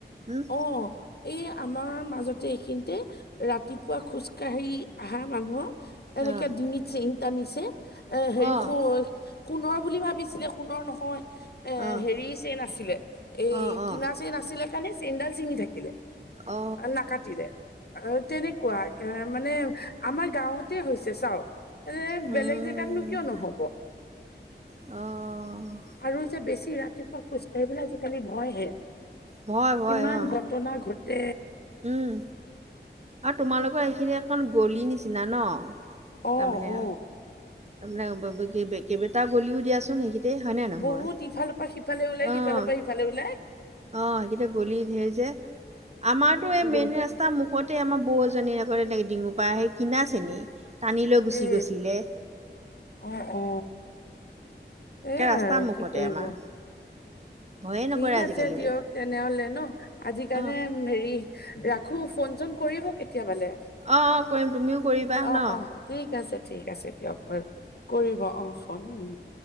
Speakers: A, on the right (about 35°); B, on the left (about 60°).
A: উম,
B: অ' এই আমাৰ মাজতে এইখিনিতে ৰাতিপুৱা খোজকাাঢ়ি আহাৰ মানুহৰ এনেকে
A: অ',
B: ডিঙিত চেইন টানিছে এ
A: অ',
B: হেৰি সোণৰ বুলি ভাবিছিলে সোণৰ নহয় এ
A: অ',
B: হেৰি চেন আছিলে এই
A: অ',
B: কিনাচ
A: অ',
B: চেন আছিলে কাৰণে চেইনডাল চিঙি থাকিলে
A: অ',
B: নাকাটিলে অ, তেনেকুৱা মানে আমাৰ গাঁৱতে হৈছে চাওক এনে
A: উম,
B: বেলেগ জেগাতনো কিয় নহব
A: অ',
B: আৰু যে বেছি ৰাতিপুৱা খোজ কঢ়িবলৈ আজিকালি ভয় হে
A: ভয়
B: কিমান
A: ভয় অ',
B: ঘটনা ঘটে।
A: উম, আৰু তোমালোকৰ সেইখিনি অকন গলি নিচিনা ন?
B: অ
A: তাৰমানে
B: অ
A: তাৰমানে কেইবটাও গলিও দিয়াচোন সেইখিতে হয়নে নহয়
B: বহুত ইফালৰ পৰা সিফালে ওলাই
A: অ, অ,
B: সিফালৰ পৰা ইফালে ওলাই
A: সেইখিতে গলি ধেৰ যে আমাৰতটো এই
B: গল
A: মেইন ৰাস্ত ৰাস্তা মুখতে আমাৰ বৌ এজনীৰ আকৌ ডিঙোপাই আহেই কিনা চেনেই টানি লৈ গুচি
B: এ
A: গৈছিলে।
B: অ, অ, সেইয়াই
A: ৰাস্তাৰ
B: আৰু
A: মুখতে
B: কি কৰিব।
A: আমাৰ ভয়ে নকৰে
B: ঠিক
A: আজিকালি
B: আছে দিয়ক তেনেহ'লে ন আজিকালি
A: অ
B: হেৰি ৰাখো ফোন চোন কৰিব কেতিয়াবালে।
A: অ অ কৰিম তুমিও কৰিবা
B: অ,
A: ন
B: অ, ঠিক আছে ঠিক আছে দিয়ক বাৰু কৰিব অ, <unintelligible>